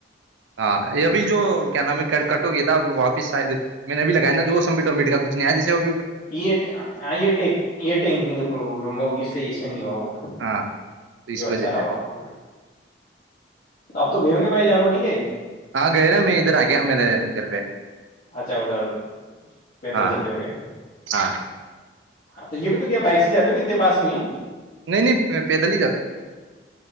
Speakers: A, on the right; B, on the left.
A: ہاں یہب جو کیا نام ہے ک کٹ ہو گیا تھا واپس شاید میں نےبھی لگیا نا جو وہ سٹ ابٹ کا کچھ نہیں آیا جیسے وہ
B: یہ یہ یہ رکنی ہوگی اس لیے اس میں نہیں ہوا وہ
A: ہاں تو اس
B: جو اچھا
A: وجہ
B: رہا
A: سے
B: وہ آپ کے آپ تو گئے ہوں گے پ جانو نہیں گ
A: ہاں گئے نا میں ادھر آ گیا میرے گھر پہ
B: اچھا ادھر پیدل
A: ہاں
B: چلتے ہوئے
A: ہاں
B: تو یہ بھی تو کیا بائک سے جا ہو کہ اتنے پس میں ہی
A: نہیں نہیں پیدل ہی جا تے